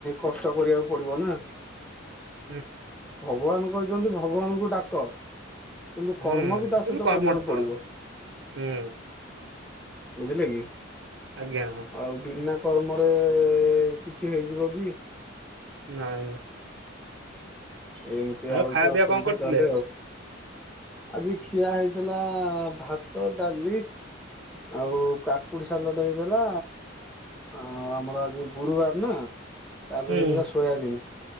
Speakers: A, in the centre; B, on the right.
A: କଷ୍ଟ କରିଆକୁ ପଡିବ ନା।
B: ହୁଁ
A: ଭଗବାନ କହିଛନ୍ତି ଭଗବାନଙ୍କୁ ଡାକ। କିନ୍ତୁ କର୍ମ
B: ହୁଁ
A: ବି ତା
B: କିନ୍ତୁ
A: ସହିତ
B: କର୍ମଟା
A: କରିବାକୁ
B: କର
A: ପଡିବ
B: ହୁଁ
A: ବୁଝିଲେ କି।
B: ଆଜ୍ଞା।
A: ଆଉ ବିନା କର୍ମରେ କିଛି ହେଇଯିବ କି?
B: ନାଇଁଁ।
A: ଏମିତିଆ
B: ଆଉ
A: ହୋଉଛି
B: ଖାଇବା ପିଇବା
A: ଅସୁବିଧା
B: କଣ କରିଥିଲେ?
A: ତାହାଲେ ଆଉ। ଆଜି ଖିଆ ହେଇଥିଲା ଭାତ ଡାଲି। ଆଉ କାକୁଡି ସାଲଟ ହେଇଥିଲା ଆ ଆମର ଆଜି ଗୁରୁବାର ନା ତାପରେ
B: ହୁଁ
A: ହେଇଥିଲା ସୋୟାବିନି